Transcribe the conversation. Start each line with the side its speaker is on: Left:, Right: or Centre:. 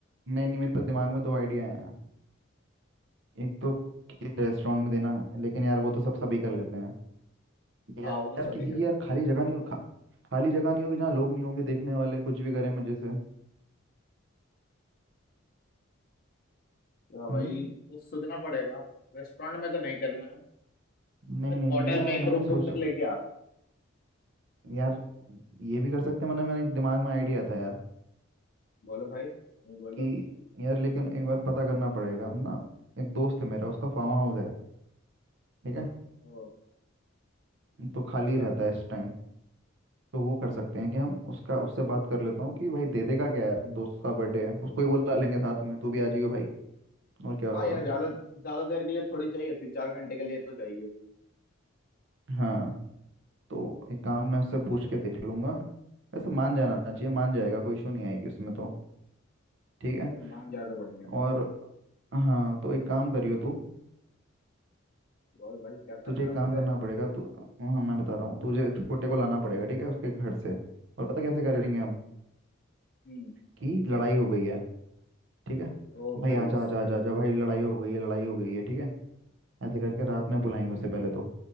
Right: नहीं नहीं मेरे पास दिमाग में दो आइडिया हैं यार। एक तो रेस्टोरेंट में देना लेकिन यार वो तो सब सभी कर लेते हैं यार
Left: हाँ
Right: यार
Left: वो तो सभी
Right: किसी
Left: कर
Right: की
Left: सकते
Right: यार खाली
Left: हैं
Right: जगह नहीं हो खा, खाली जगह नहीं होगी जहाँ लोग नहीं होंगे देखने वाले कुछ भी करें मजे से
Left: क्या भाई
Right: हम्म
Left: तो सोचना पड़ेगा रेस्टोरेंट में तो नहीं करना है
Right: नहीं
Left: एक
Right: नहीं
Left: होटल
Right: नहीं मेरा
Left: में एक
Right: मैंने
Left: रूम बुक
Right: सोच
Left: कर ले क्या
Right: यार ये भी कर सकते हैं वरना मैंने एक दिमाग में आइडिया था यार
Left: बोलो भाई नहीं बोलो
Right: कि यार लेकिन एक बार पता करना पड़ेगा ना एक दोस्त है मेरा उसका फार्म हाउस है ठीक है
Left: ओ
Right: तो खाली
Left: अच्छा
Right: रहता है इस टाइम तो वो कर सकते हैं कि हम उसका उससे बात कर लेता हूँ कि भाई दे देगा क्या यार दोस्त का बर्थडे है उसको ही बुला लेंगे साथ में तू भी आ जाइयो भाई और क्या होगा
Left: हाँ यार ज्यादा ज्यादा देर के लिए थोड़ी चाहिए तीन चार घंटे के लिए तो चाहिए
Right: हाँ तो एक काम मैं उससे पूछ के देख लूंगा वैसे मान जाना
Left: हम्म,
Right: चाहिए मान जाएगा कोई इशू नहीं आएगी उसमें तो ठीक है
Left: सामान ज्यादा बढ़िया है
Right: और हाँ तो एक काम करियो तू
Left: और भाई क्या करना
Right: तुझे एक
Left: है मुझे
Right: काम करना पड़ेगा तू हाँ मैं बता रहा हूँ तुझे छोटे को लाना पड़ेगा ठीक है उसके घर से और पता कैसे करेंगे हम
Left: हम्म
Right: कि लड़ाई हो गई है ठीक है
Left: ओ भाई
Right: भाई आजा
Left: साहब
Right: आजा आजा आजा भाई लड़ाई हो गई है लड़ाई हो गई है ठीक है ऐसे करके रात में बुलाएंगे उसे पहले तो